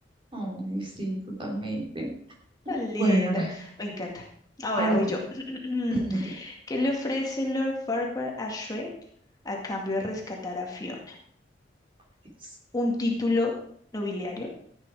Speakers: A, on the right; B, on the left.
A: Ay, sí, totalmente.
B: Tan linda.
A: Bueno, ahora,
B: Me encanta. Ahora
A: ahora
B: voy
A: tú.
B: yo. <clears throat>
A: <clears throat>
B: ¿Qué le ofrece Lord Farquaad a Shrek a cambio de rescatar a Fiona?
A: <laughs>
B: ¿Un título nobiliario?